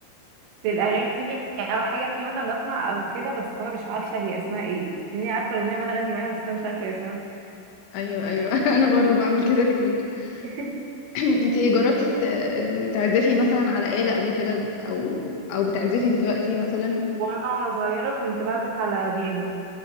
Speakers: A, on the right; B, on the left.
A: في الاغاني او حاجه تلاقيني مثلا بسمع او كده بس انا مش عارفه هي اسمها ايه تلاقيني عارفه الاغنيه عماله اغني معاها بس انا مش عارفه هي اسمها
B: ايوه ايوه <laughs> انا برضو بعمل كده كتير
A: <laughs>
B: <coughs> <clears throat> انت جربتي ت- تعزفي مثلا على آلة قبل كده او او بتعزفي دلوقتي مثلا
A: وانا وانا صغيره كنت بعزف على بيانو